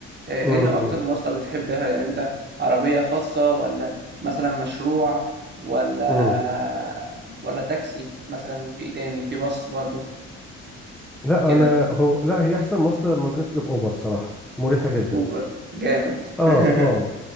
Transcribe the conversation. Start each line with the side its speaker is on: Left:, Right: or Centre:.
Right: آه، ايه
Centre: امم
Right: إن اكتر
Centre: امم
Right: مواصلة بتحبها يعني انت عربية خاصة ولا مثلا مشروع ولا
Centre: امم.
Right: ولا تاكسي مثلا في ايه تاني في باص برضو
Centre: لا
Right: كده
Centre: انا هو لا هي احسن مواصلة لما بنطلب اوبر صراحة مريحة جدا
Right: اوبر جامد
Centre: اه
Right: <laughs>
Centre: اه